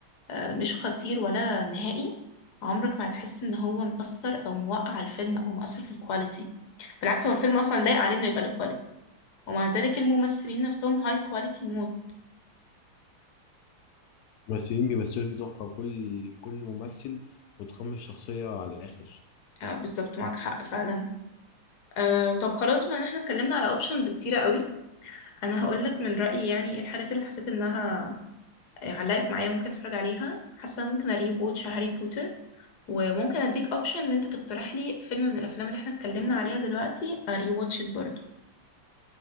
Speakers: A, on the left; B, on the left.
A: آه مش خطير ولا نهائي عمرك ما هتحس ان هو مؤثر او موقع الفيلم او مؤثر في الكواليتي بالعكس هو الفيلم اصلا لايق عليه انه يبقى له كواليتي ومع ذلك الممثلين نفسهم هاي كواليتي مود
B: الممثلين بيمثلوا فيه تحفة وكل كل ممثل متقمص الشخصية على الآخر
A: آه بالظبط معاك حق فعلا آه، طب خلاص بما ان احنا اتكلمنا على اوبشنز كتيرة قوي انا هقول لك من رأيي يعني ايه الحاجات اللي حسيت انها علقت معايا وممكن اتفرج عليها حاسة ممكن اري ووتش هاري بوتر وممكن اديك اوبشن ان انت تقترح لي فيلم من الافلام اللي احنا اتكلمنا عليها دلوقتي اري واتش برضه